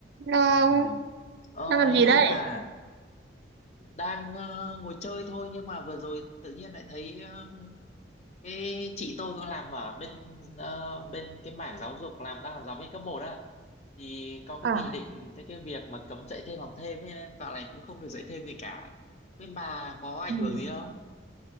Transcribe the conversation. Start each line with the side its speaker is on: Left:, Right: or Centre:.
Right: Long,
Left: Ừm. Ờ,
Right: đang làm
Left: hello
Right: gì đây?
Left: bà, đang ờ, ngồi chơi thôi nhưng mà vừa rồi tự nhiên lại thấy ờ, cái chị tôi cũng làm ở bên ờ, bên cái mảng giáo dục làm đang làm giáo viên cấp một á thì có cái
Right: À,
Left: nghị định cái cái việc mà cấm dạy thêm học thêm ấy, nên dạo này cũng không được dạy thêm gì cả. Bên bà có ảnh
Right: ừ.
Left: hưởng gì không?